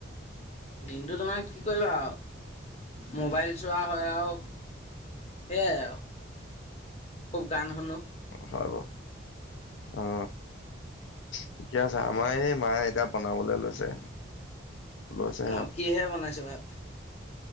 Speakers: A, on the left; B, on the left.
A: দিনটো তোমাৰ কি কৰিবা মোবাইল চোৱা হয় আৰু সেয়াই খুব গান শুনো
B: হয় বাৰু অ অ ঠিকে আছে আমাৰ এই মায়ে এতিয়া বনাবলৈ লৈছে লৈছে
A: অ কিহে বনাইছে ভাত